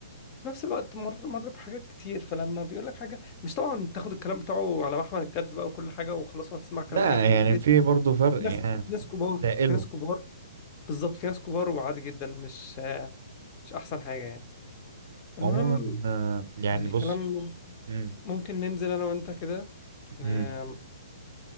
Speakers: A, on the left; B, on the right.
A: وفي نفس الوقت مر مر بحاجات كتير فلما بيقول لك حاجة مش طبعا تاخد الكلام بتاعه على محمل الجد بقى وكل حاجة وخلاص وهتسمع كلام
B: لا
A: اي حد
B: يعني
A: كبير
B: في برضه فرق
A: ناس
B: يعني
A: ناس كبار
B: تقله
A: في ناس كبار بالظبط في ناس كبار وعادي جدا مش مش احسن حاجة يعني المهم
B: عموما آه، يعني
A: الكلام
B: بص مم.
A: ممكن ننزل انا وانت كده آم،
B: مم.